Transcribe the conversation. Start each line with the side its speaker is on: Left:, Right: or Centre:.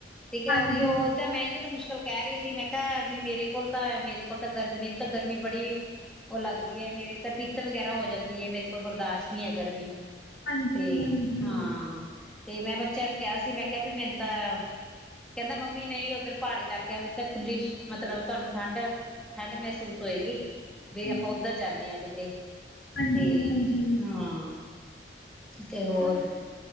Centre: ਠੀਕ ਹੈ
Left: ਹਾਂਜੀ,
Centre: ਉਹ ਤਾਂ ਮੈਂ ਆਈਏ ਤਾਂ ਮੁਸ਼ਕਿਲ ਚਲ ਕਹਿ ਰਹੀ ਸੀ। ਮੈਂ ਕਿਹਾ ਵੀ ਮੇਰੇ ਕੋਲ ਤਾਂ ਮੇਰੇ ਕੋਲ ਤਾਂ ਗਰਮੀ ਮੈਨੂੰ ਤਾਂ ਗਰਮੀ ਬੜੀ ਉਹ ਲੱਗਦੀ ਹੈ। ਮੇਰੇ ਤਾਂ ਪਿੱਤ ਵਗੈਰਾ ਹੋ ਜਾਂਦੀ ਹੈ, ਮੇਰੇ ਕੋਲ ਬਰਦਾਸ਼ਤ ਨਹੀਂ ਹੈ ਗਰਮੀ
Left: ਹਾਂਜੀ,
Centre: ਤੇ
Left: ਹਾਂਜੀ,
Centre: ਹਾਂ ਤੇ ਮੈਂ ਬੱਚਿਆਂ ਨੂੰ ਕਿਹਾ ਸੀ। ਮੈਂ ਕਿਹਾ ਵੀ ਮੈਨੂੰ ਤਾਂ ਕਹਿੰਦਾ ਮੰਮੀ ਨਹੀਂ ਉੱਧਰ ਪਹਾੜੀ ਇਲਾਕਿਆਂ ਵਿੱਚ ਤਾਂ ਖੁੱਲੀ, ਮਤਲਬ ਤੁਹਾਨੂੰ ਠੰਡ ਠੰਡ ਮਹਿਸੂਸ ਹੋਏਗੀ ਵੀ
Left: ਹਾਂਜੀ,
Centre: ਆਪਾਂ ਉੱਧਰ ਜਾਂਦੇ ਹਾਂ ਕਿਧਰੇ
Left: ਹਾਂਜੀ।
Centre: ਤੇ
Left: ਹਾਂਜੀ
Centre: ਹਾਂ ਤੇ ਹੋਰ
Left: ਕੋਈ ਨੀ